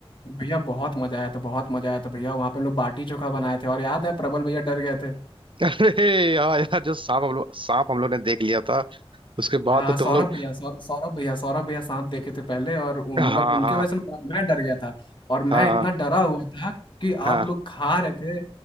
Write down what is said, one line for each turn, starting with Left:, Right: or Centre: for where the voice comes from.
Left: भैया बहुत मजा आया था बहुत मजा आया था भैया वहाँ पे हम लोग बाटी चोखा बनाए थे और याद है प्रबल भैया डर गए थे
Right: <laughs> अरे यार यार जो सांप हम लोग सांप हम लोग ने देख लिया था उसके बाद
Left: हाँ
Right: तो
Left: हाँ,
Right: तुम
Left: सौरभ
Right: लोग
Left: भैया सौर सौरभ भैया सौरभ भैया सांप देखे थे पहले और वो-
Right: हाँ
Left: मतलब उनके
Right: हाँ
Left: वजह से मैं मैं डर गया था और
Right: हाँ
Left: मैं इतना डरा हुआ था कि आप
Right: हाँ
Left: लोग खा रहे थे